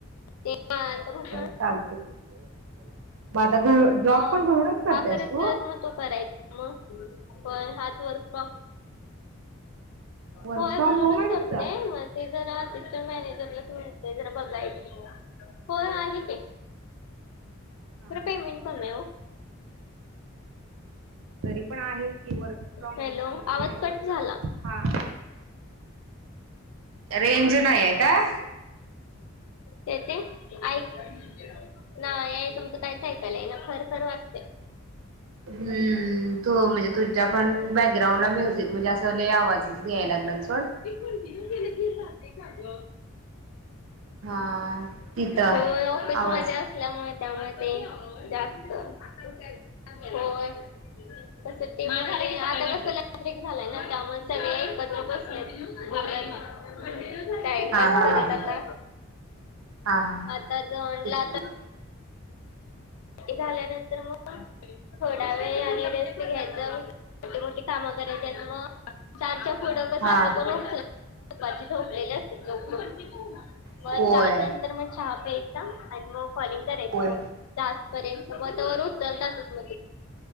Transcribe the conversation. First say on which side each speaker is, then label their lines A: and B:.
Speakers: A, on the left; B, on the right.
A: ते म्हटल.
B: चालते मग आता घर जॉब
A: मग
B: पण घरूनच करतेस
A: हा करत
B: तू.
A: करत मग तो करायचा मग पण हाच वर्क फ्रॉम
B: वर्क
A: होय
B: फ्रॉम
A: घरूनच
B: होम आहे
A: करतेय
B: तुमचा
A: म. ते जरा असिस्टंट मॅनेजरला तण जरा बघाय पण आहे की
B: हा
A: खरं
B: हा
A: पेमेंट कमी आहे ओ.
B: तरी पण आहे की वर्क फ्रॉम
A: हॅलो
B: म्हणजे
A: आवाज कट
B: कस
A: झाला
B: हा. रेंज नाहीय काय?
A: या येतंय ऐक. नाही हे तुमचं काही ऐलं आहे ना खर खरं वा असते.
B: हम्म तू म्हणजे तुझ्या पण बॅकग्राउंडला म्युझिक म्हणजे अस. च आवाजात घ्याय लागला चोड..
A: ते कंटिन्यू केलं घेत राहात का अझं.
B: हा तिथं
A: होय ऑफिसमध्ये
B: आवाज
A: अस. असल्यामुळे त्यामुळे ते जास्त होय. तस ते आता कस ब्रेक झालाय ना त्यामुळे सगळे एकत्र बसलेत. टाइमपस
B: हा हा
A: करत
B: हा
A: आता.
B: हा हा हा
A: आता जंला
B: त्याच्या
A: आ. झाल्यानंतर मग वेळ रेस्ट घ्यायच मोठीे कामं करायचे आहेत. चारच्या पुढं कसात
B: हा
A: कोण उ झोपलेले असतात लोक मग
B: होय
A: त्या नंतर मग चहा प्यायचा आणि मग कॉलिंग करायच.
B: होय.
A: मग तासपर्यंत त्यावर चालतातच म